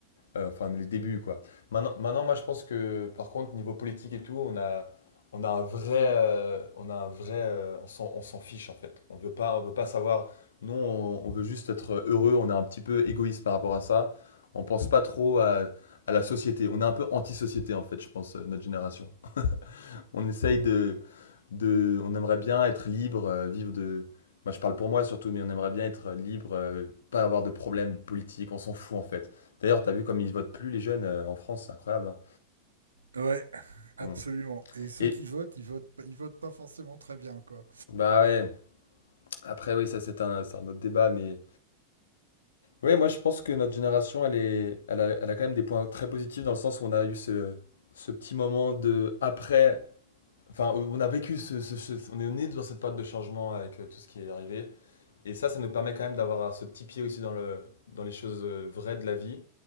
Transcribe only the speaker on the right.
Ouais, absolument.
Et ceux
qui votent, ils votent, ils votent pas forcément très bien, quoi.